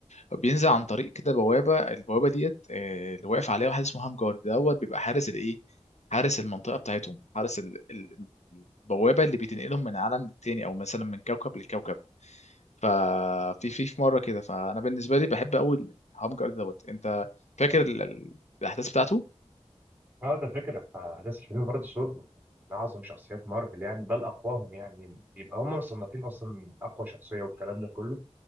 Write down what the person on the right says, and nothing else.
أه ده فكرة فأحداث الفيلم برضه سور من أعظم شخصيات مارفل يعني بل أقواهم يعني يبقى هم مصنفين أصلا أقوى شخصية والكلام ده كله